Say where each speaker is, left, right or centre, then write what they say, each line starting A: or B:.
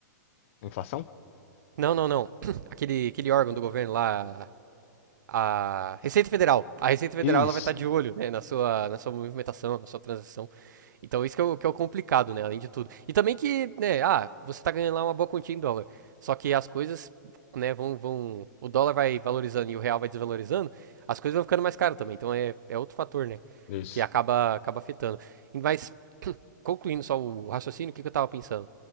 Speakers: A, on the left; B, on the right.
A: A inflação?
B: não, não, não. <clears throat> <coughs> Aquele, aquele órgão do governo lá. A Receita Federal. A Receita Federal
A: Isso.
B: ela vai estar de olho, né, na sua, na sua movimentação, na sua transação. Então isso que é, o, que é o complicado, né? Além de tudo. E também que, né, ah, você tá ganhando lá uma boa quantia em dólar. Só que as coisas, né, vão, vão. O dólar vai valorizando e o real vai desvalorizando, as coisas vão ficando mais caras também. Então é, é outro fator, né?
A: Isso.
B: Que acaba, acaba afetando. Mas, concluindo só o raciocínio, o que, que eu tava pensando?